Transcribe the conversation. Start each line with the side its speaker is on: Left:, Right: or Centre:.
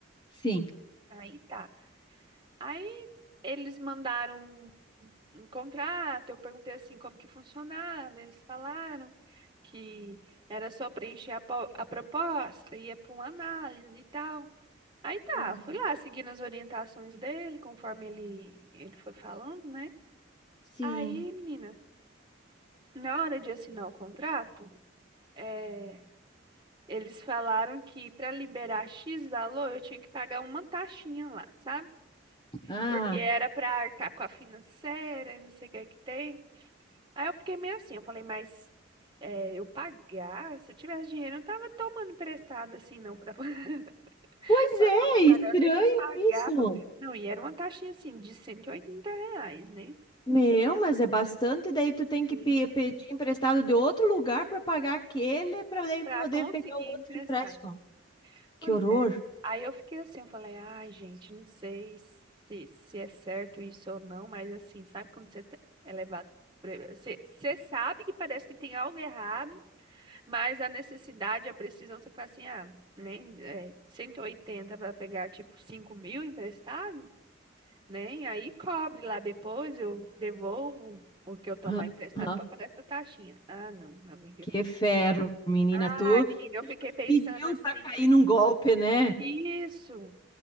Left: Sim.
Right: Aí tá. Aí eles mandaram um contrato. Eu perguntei assim como que funcionava. Eles falaram que era só preencher a, po- a proposta, ia para uma análise e tal. Aí tá,
Left: Uhum.
Right: fui lá seguindo as orientações dele, conforme ele, ele foi falando, né?
Left: Sim.
Right: Aí, menina, na hora de assinar o contrato, é, eles falaram que para liberar X valor eu tinha que pagar uma taxinha lá, sabe?
Left: Ah,
Right: Porque era para arcar com a financeira e não sei o que é que tem. Aí eu fiquei meio assim, eu falei, mas é, eu pagar? Se eu tivesse dinheiro, eu não tava tomando emprestado assim, não, para <laughs>
Left: pois
Right: Pra
Left: é,
Right: poder pagar,
Left: estranho
Right: eu tenho que pagar.
Left: isso.
Right: pra- Não, e era uma taxinha assim de 180 reais, né?
Left: Meu, mas é bastante, daí tu tem
Right: Sim.
Left: que pe- pedir emprestado de outro lugar para pagar aquele, para daí
Right: Pra
Left: poder
Right: conseguir
Left: pegar o
Right: emprestar.
Left: outro empréstimo.
Right: Pois
Left: Que horror.
Right: é. Aí eu fiquei assim, eu falei, ai, gente, não sei se, se é certo isso ou não, mas assim, sabe quando você tá- é levado. pra- Você, você sabe que parece que tem algo errado, mas a necessidade, a precisão, você fala assim, ah, nem é, 180 para pegar tipo 5 mil emprestado? né? E Aí cobre lá depois, eu devolvo o que eu tomar
Left: Aham,
Right: emprestado
Left: aham.
Right: para pagar essa taxinha. Ah, não, amiga.
Left: Que ferro, menina,
Right: Ai,
Left: tu,
Right: menina,
Left: tu
Right: eu fiquei pensando
Left: pediu
Right: assim.
Left: para cair num golpe, né?
Right: Isso.
Left: <gasps>